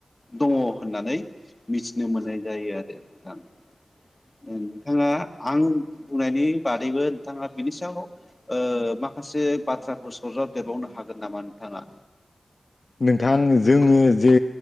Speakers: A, on the left; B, on the left.
A: दङ होननानै मिथिनो मोननाय जायो आरो नोंथां नोंथाङा आं बुंनायनि बादैबो नोंथाङा बिनि सायाव माखासे बाथ्राखौ सरजाबदेरबावनो हागोन नामा नोंथाङा
B: नोंथां जोङो जे